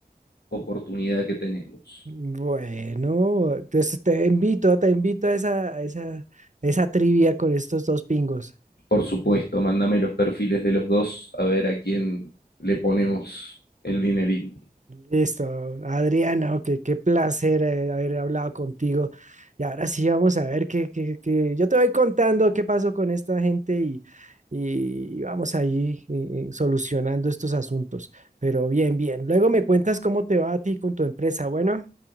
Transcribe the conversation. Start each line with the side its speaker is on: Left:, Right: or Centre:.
Left: oportunidad que tenemos.
Right: Bueno, entonces te invito, te invito a esa, a esa, esa trivia con estos dos pingos.
Left: Por supuesto, mándame los perfiles de los dos a ver a quién le ponemos el dinerín.
Right: Listo, Adriana, ok, qué placer eh, haber hablado contigo. Y ahora sí vamos a ver qué, qué, qué- Yo te voy contando qué pasó con esta gente y, y vamos ahí eh, eh, solucionando estos asuntos. Pero bien, bien. Luego me cuentas cómo te va a ti con tu empresa. Bueno,